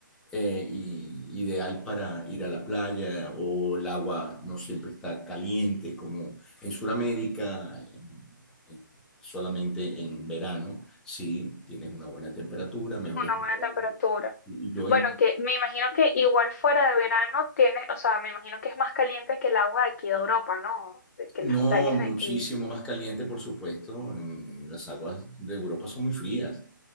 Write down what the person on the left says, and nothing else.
una
buena temperatura.
Bueno,
que me imagino que igual fuera de verano tiene, o sea, me imagino que es más caliente que el agua de aquí de Europa, ¿no? De que
las playas
de aquí,